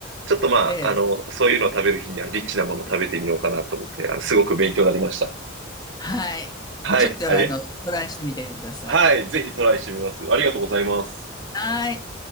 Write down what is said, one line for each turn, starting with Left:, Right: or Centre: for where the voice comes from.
Right: ちょっとまあ、
Left: え、ええ
Right: あの、そういうのを食べる日にはリッチなものを食べてみようかなと思って、あの、すごく勉強になりました。
Left: はい。
Right: はい。
Left: ちょっとあの、
Right: あれ、
Left: トライしてみてください。
Right: はい。ぜひトライしてみます。ありがとうございます。
Left: はい。